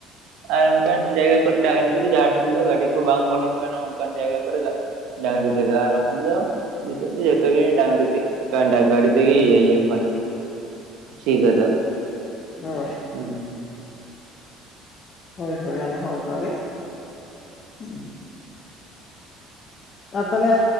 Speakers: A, on the right; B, on the left.
A: ᱟᱨ ᱚᱝᱠᱟᱱ ᱡᱟᱭᱜᱟ ᱠᱚᱨᱮ ᱰᱟᱝᱨᱤ ᱠᱚᱫᱚ ᱡᱟᱦᱟᱸ ᱴᱷᱮᱱ ᱫᱚ ᱜᱟᱹᱰᱤ ᱠᱚ ᱵᱟᱝ ᱵᱚᱞᱚᱱ ᱠᱟᱱᱟ ᱚᱝᱠᱟᱱ ᱡᱟᱭᱜᱟ ᱠᱚᱨᱮ ᱫᱟᱜ ᱰᱟᱝᱨᱤ ᱛᱮᱫᱚ ᱟᱨ ᱵᱟᱠᱷᱟᱱ ᱫᱚ ᱱᱤᱛᱚᱜ ᱫᱚ ᱡᱚᱛᱚᱜ ᱜᱮ ᱰᱟᱝᱨᱤ ᱛᱮ ᱰᱟᱝ ᱜᱟᱰᱤ ᱛᱮᱜᱮ ᱤᱭᱟᱹᱭ ᱦᱩᱭᱩᱜ ᱠᱟᱱᱟ᱾ ᱥᱤ ᱠᱚᱫᱚ
B: ᱚ
A: ᱩᱸᱦᱩ
B: ᱦᱳᱭ ᱦᱳᱭ ᱟᱞᱮ ᱦᱚᱸ ᱚᱝᱠᱟ ᱜᱮ ᱦᱩᱸ᱾ ᱟᱨ ᱛᱟᱦᱞᱮ